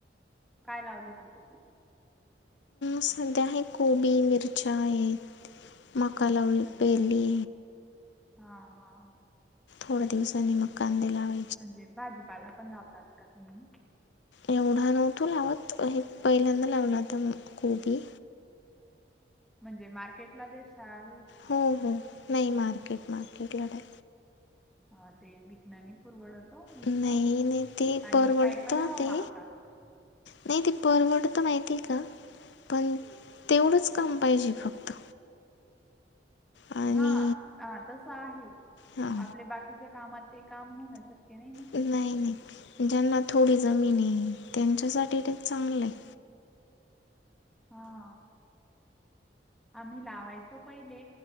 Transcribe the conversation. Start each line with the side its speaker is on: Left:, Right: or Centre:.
Centre: काय लावलंय तुमच्या शेतीत?
Left: सध्या हे कोबी मिरच्या आहेत मकालाव
Centre: अच्छा
Left: पेली
Centre: हा हा
Left: थोड्या दिवसांनी मग कांदे लावा
Centre: म्हणजे भाजीपाला पण लावतात का तुम्ही
Left: एवढा नव्हतो लावत हे पहिल्यांदा लावला आता कोबी
Centre: म्हणजे मार्केटला देसाल
Left: हो हो नाही मार्केट मार्केट लढाय
Centre: हा ते विज्ञनी पुरवड होतो नसत
Left: नाही नाही ते
Centre: आणि
Left: परवडतं
Centre: काही पण भाव
Left: ते
Centre: मागतात
Left: नाही ति परवड तर माहिती आहे का पण तेवढंच काम पाहिजे फक्त आणि
Centre: हाा तस आहे
Left: हां
Centre: आपले बाकी तिच्या कामात ते काम होणं शक्य नाही ना
Left: नाही नाही ज्यांना थोडी जमीन आहे त्यांच्यासाठी ते चांगलं आहे
Centre: हा आम्ही लावायचो पहिले